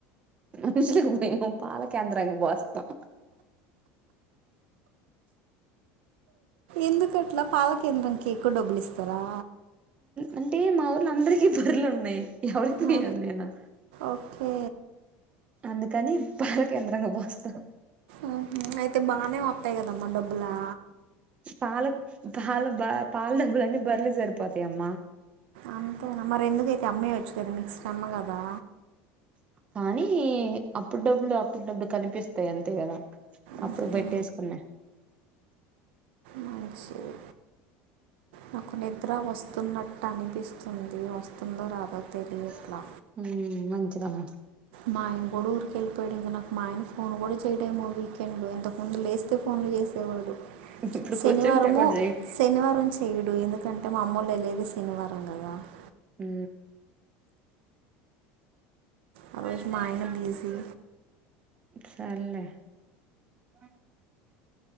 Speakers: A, on the right; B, on the right.
A: అ మేము పాల కేేంద్రంగా పోస్తాం
B: ఎందుకట్ల పాల కేేంద్రానికి ఎక్కువ డబ్బులు ఇస్తారా
A: అంటే మా ఊర్లు అందరికీ బర్లు ఉన్నాయి ఎవరికి
B: ఆ
A: వేయాల నేను
B: ఓకే
A: అందుకని పాల కేంద్రంగా పోస్తాం
B: ఆహ అయితే బానే ఉంటై కదా అమ్మ డబ్బులా
A: పాల పాల బ పాల బ్లని బర్లి సరిపోతయ అమ్మా
B: అంతేన మరి ఎందుకైతే అమ్మేయచ్చు కదా మిక్స్ అమ్మగదా
A: కానీ అప్పుడు డబ్బులు అప్పుడు డబ్బులు కనిపిస్తాయి అంతే కదా
B: ఉహు
A: అప్పుడు పెట్టేసుకున్నా
B: మంచిది నాకు నిద్ర వస్తున్నట్ ట్టనిపిస్తుంది వస్తుందో రాదో తెలియట్లా
A: హలో ఉ మం చ్చదమ
B: మా ఆయన కూడా ఊరికి వెళ్ళిపోయాడు. ఇంక నాకు మా ఆయన ఫోన్ కూడా చేయడేమో వీకెండ్. ఇంతకు ముందు లేస్తే ఫోన్లు చేసేవాడు
A: ఇప్పుడు
B: శనివారము
A: కూర్చుంటే కూడా
B: శనివారం చేయడు ఎందు ఎందుకంటే మా అమ్మోలు వెళ్లేది శనివారం కదాండి
A: ఊ
B: ఆ
A: వెద
B: రోజు మా ఆయన
A: నన్సకరుా
B: బిజీ
A: స అాలే అ